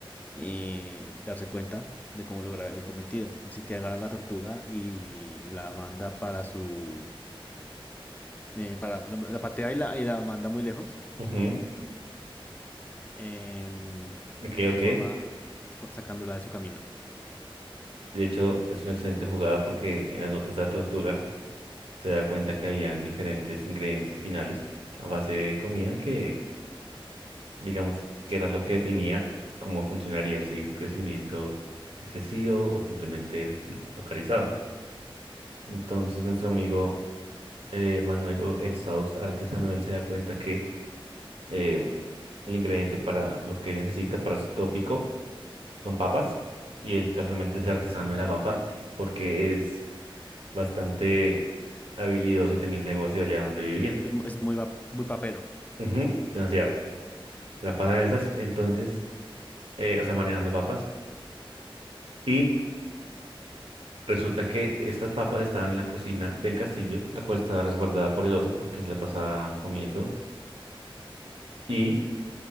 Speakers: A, on the left; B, on the right.
A: eh, darse cuenta de cómo lograr el cometido. Así que agarra la tortuga y la manda para su... eh, para, la, la patea y la, y la manda muy lejos.
B: ujú.
A: em, de
B: Ok,
A: esta
B: ok.
A: forma, de esta for- sacándola de su camino.
B: De hecho, es una excelente jugada porque en las notas de la tortuga se da cuenta que habían diferentes ingredientes finales a base de comida que, digamos, que era lo que definía cómo funcionaría, si un crecimiento excesivo o simplemente lo- localizado. Entonces, nuestro amigo eh, Manuel o el Saus artesano, él se da cuenta que eh, el ingrediente para lo que necesita para su tópico son papas y él casualmente es artesano de la papa eh, porque es bastante habilidoso y tenía un negocio allá donde vivía.
A: Es, mu- es muy, va- muy papero.
B: Ujú, demasiado. Se la pasan esas, entonces, eh, o sea, manejando papas. Y resulta que estas papas estaban en la cocina del castillo, la cual estaba resguardada por el oso porque se la pasaba comiendo y